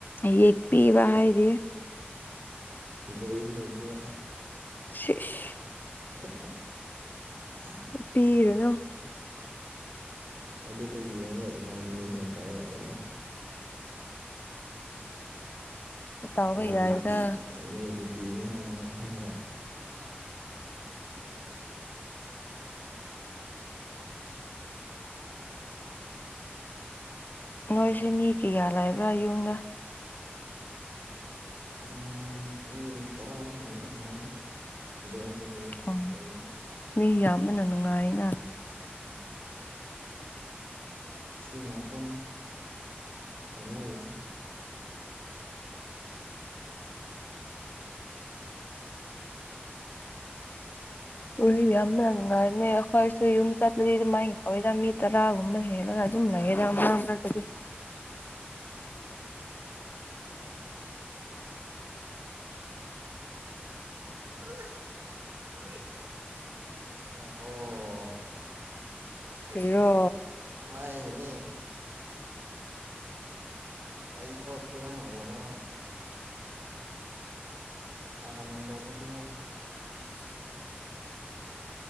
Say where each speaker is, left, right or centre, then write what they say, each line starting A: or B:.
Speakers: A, on the left (about 50°); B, on the right (about 75°).
A: ꯌꯦꯛꯄꯤꯕ ꯍꯥꯏꯗꯤ
B: ꯗ꯭ꯔꯣꯌꯤꯡ ꯇꯧꯕꯤꯕ
A: ꯁꯤꯏꯁ
B: <unintelligible>
A: ꯄꯤꯔꯨꯅꯨ
B: ꯑꯗꯨꯗ ꯌꯦꯡꯒ ꯏꯃꯥꯖꯤꯅꯦꯁꯟ ꯇꯧꯔꯒ ꯆꯠꯂꯣ <unintelligible>
A: ꯇꯥꯎꯕ
B: ꯔꯦꯟꯂꯤꯇꯤ
A: ꯌꯥꯏꯗ
B: ꯔꯤꯌꯦꯂꯤꯇꯤꯅꯤ ꯍꯥꯏꯅꯒ ꯈꯪꯉꯒ
A: ꯅꯣꯏꯁꯦ ꯃꯤ ꯀꯌꯥ ꯂꯩꯕ꯭ꯔꯥ ꯌꯨꯝꯗ
B: ꯎꯝ ꯃꯤ ꯇꯔꯥꯃꯨꯛ ꯂꯩꯅꯤ ꯑꯌꯥꯝꯕꯅꯦ ꯖꯣꯏꯟ ꯐꯦꯃꯤꯂꯤ
A: ꯎꯝ
B: ꯂꯩꯅꯤ
A: ꯃꯤ ꯌꯥꯝꯕꯅ ꯅꯨꯡꯉꯥꯏꯅ
B: ꯎꯝ ꯁꯤ ꯉꯥꯛꯇꯅꯤ ꯇꯧꯅꯔꯤꯁꯦ <unintelligible>
A: ꯎꯔꯤꯡ ꯌꯥꯝꯕꯅ ꯅꯨꯡꯉꯥꯏꯕꯅꯦ ꯑꯈꯣꯏꯁꯨ ꯌꯨꯝ ꯆꯠꯂꯗꯤ ꯑꯗꯨ ꯃꯥꯏ ꯇꯧꯋꯦꯗ ꯃꯤ ꯇꯔꯥꯒꯨꯝꯕ ꯍꯦꯜꯂꯒ ꯗꯨꯝ ꯂꯩꯌꯦꯗ ꯃꯥꯃꯛ ꯃꯔꯛꯇꯗꯤ
B: <unintelligible> <unintelligible> <unintelligible>
A: ꯀꯔꯤꯔꯣ
B: ꯃꯥꯏꯅꯤ ꯑꯩ ꯊꯣꯂꯛꯄꯗ ꯅꯪ ꯂꯩꯔꯝꯃꯣ ꯅꯪ ꯀꯔꯟꯗꯧꯕꯅꯤꯀꯣ
A: <inaudible>